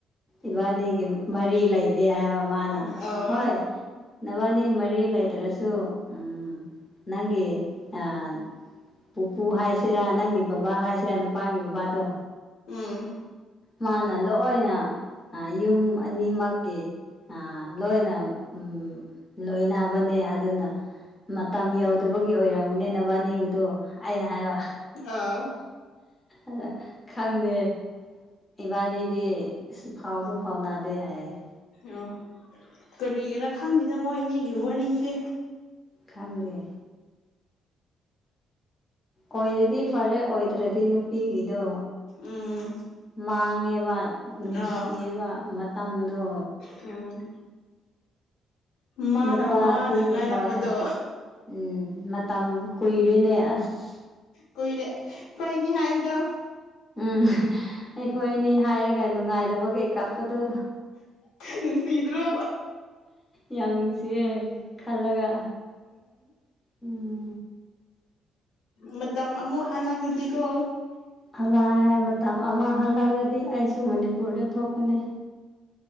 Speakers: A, on the left; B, on the left.
A: ꯏꯕꯥꯅꯤꯒꯤ ꯃꯔꯤ ꯂꯩꯗꯦ ꯍꯥꯏꯕ ꯑꯅ
B: ꯑꯥ
A: ꯍꯣꯏ ꯅꯕꯥꯅꯤ ꯃꯔꯤ ꯂꯩꯇ꯭ꯔꯁꯨ ꯎꯝ ꯅꯪꯒꯤ ꯑ ꯄꯨꯄꯨ ꯍꯥꯏꯁꯤꯔꯥ ꯅꯪꯒꯤ ꯕꯕꯥ ꯍꯥꯏꯁꯤꯔꯥ ꯅꯨꯄꯥꯒꯤ ꯕꯕꯥꯗꯣ
B: ꯎꯝ
A: ꯃꯥꯅ ꯂꯣꯏꯅ ꯑ ꯌꯨꯝ ꯑꯅꯤꯃꯛꯀꯤ ꯑ ꯂꯣꯏꯅ ꯎꯝ ꯂꯣꯏꯅꯕꯅꯦ ꯑꯗꯨꯅ ꯃꯇꯝ ꯌꯧꯗꯕꯒꯤ ꯑꯣꯏꯔꯝꯒꯅꯦ ꯅꯕꯥꯅꯤꯒꯤꯗꯣ ꯑꯩꯅ ꯍꯥꯏꯕ
B: ꯑꯥ
A: ꯑ ꯈꯪꯗꯦ ꯏꯕꯥꯅꯤꯗꯤ ꯁꯨꯡꯐꯥꯎꯁꯨ ꯐꯥꯎꯅꯥꯗꯦ ꯍꯥꯏꯌꯦ
B: ꯑꯣ ꯀꯔꯤꯒꯤꯔꯥ ꯈꯪꯗꯦꯗ ꯃꯣꯏꯅꯤꯒꯤ ꯋꯥꯔꯤꯁꯦ
A: ꯈꯪꯗꯦ ꯑꯣꯏꯔꯗꯤ ꯐꯔꯦ ꯑꯣꯏꯗ꯭ꯔꯗꯤ ꯅꯨꯄꯤꯒꯤꯗꯣ
B: ꯎꯝ
A: ꯃꯥꯡꯉꯦꯕ ꯅꯨꯡꯁꯤꯌꯦꯕ
B: ꯑꯥ
A: ꯃꯇꯝꯗꯣ
B: ꯎꯝ ꯃꯥꯅ
A: ꯅꯨꯄꯥꯗꯤ
B: ꯋꯥꯅ ꯉꯥꯏꯔꯛꯄꯗꯣ
A: ꯅꯨꯄꯥꯌꯦ ꯎꯝ ꯃꯇꯝ ꯀꯨꯏꯔꯤꯅꯦ ꯑꯁ
B: ꯀꯨꯏꯔꯦ ꯈꯣꯏꯅꯤ ꯍꯥꯏꯕꯗꯣ
A: ꯎꯝ ꯑꯩꯈꯣꯏ ꯑꯅꯤ ꯍꯥꯏꯔꯒ ꯅꯨꯡꯉꯥꯏꯗꯕꯒꯤ ꯀꯥꯞꯄꯗꯨ
B: ꯅꯪꯡꯁꯤꯗ꯭ꯔꯣ
A: ꯌꯥꯝ ꯅꯨꯡꯁꯤꯌꯦ ꯈꯜꯂꯒ ꯎꯝ
B: ꯎꯝ ꯃꯇꯝ ꯑꯃꯨꯛ ꯑꯜꯂꯛꯂꯗꯤꯀꯣ
A: ꯍꯂꯥꯏ ꯃꯇꯝ ꯑꯃ ꯍꯜꯂꯛꯂꯗꯤ ꯑꯩꯁꯨ ꯃꯅꯤꯄꯨꯔꯗ ꯊꯣꯛꯀꯅꯤ